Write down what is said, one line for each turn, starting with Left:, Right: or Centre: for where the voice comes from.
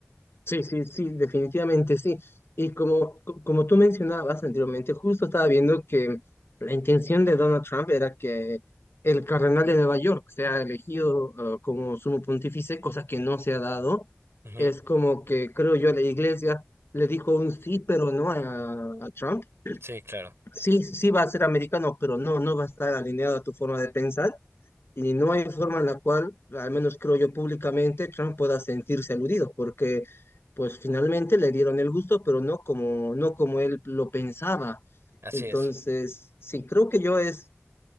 Left: Sí, sí, sí, definitivamente sí. Y como, co- como tú mencionabas anteriormente, justo estaba viendo que la intención de Donald Trump era que el cardenal de Nueva York sea elegido eh, como sumo pontífice, cosa que no se ha dado.
Right: Ujú.
Left: Es como que, creo yo, la iglesia le dijo un sí, pero no a, a Trump.
Right: Sí, claro.
Left: Sí, sí va a ser americano, pero no, no va a estar alineado a tu forma de pensar. Y no hay forma en la cual, al menos creo yo públicamente, Trump pueda sentirse aludido, porque pues finalmente le dieron el gusto, pero no como, no como él lo pensaba.
Right: Así
Left: Entonces,
Right: es.
Left: sí, creo que yo es,